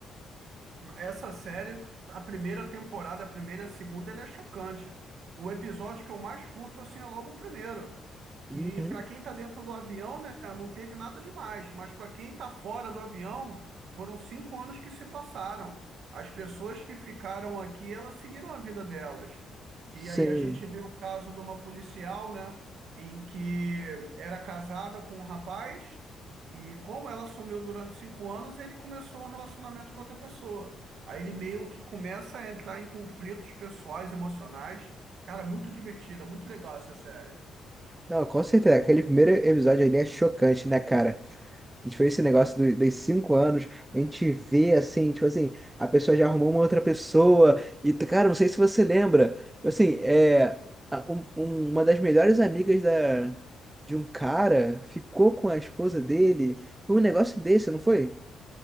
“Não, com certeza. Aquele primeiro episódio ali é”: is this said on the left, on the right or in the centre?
Right